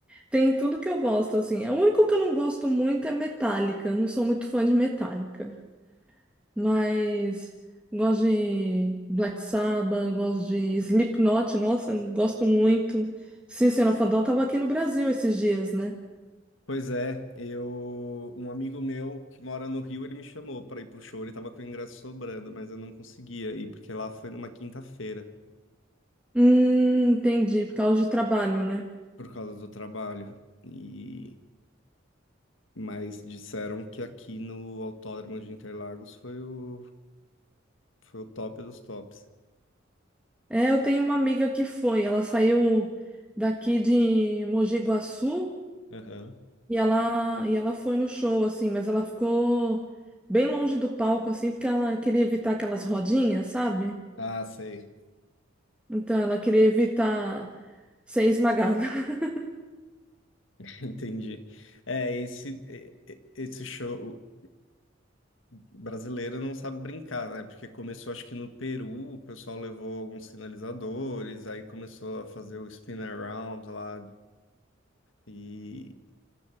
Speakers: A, in the centre; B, on the left.
A: Tem tudo que eu gosto, assim. O único que eu não gosto muito é Metallica. Não sou muito fã de Metallica. Mas gosto de Black Sabbath, gosto de Slipknot, nossa, gosto muito. System of a Down tava aqui no Brasil esses dias, né?
B: Pois é, eu um amigo meu que mora no Rio, ele me chamou para ir pro show, ele tava com o ingresso sobrando, mas eu não conseguia ir porque lá foi numa quinta-feira
A: Hum, entendi, por causa de trabalho, né?
B: por causa do trabalho. E mas disseram que aqui no Autódromo de Interlagos foi o foi o top dos tops.
A: É, eu tenho uma amiga que foi, ela saiu daqui de Mogi Guaçu
B: Aham.
A: E ela, e ela foi no show, assim, mas ela ficou bem longe do palco, assim, porque ela queria evitar aquelas rodinhas, sabe?
B: Ah, sei.
A: Então ela queria evitar ser esmagada. <laughs>
B: <laughs> Entendi. É, esse, e- e- esse show. Brasileiro não sabe brincar, né? Porque começou, acho que no Peru, o pessoal levou alguns sinalizadores, aí começou a fazer o spin around lá, e,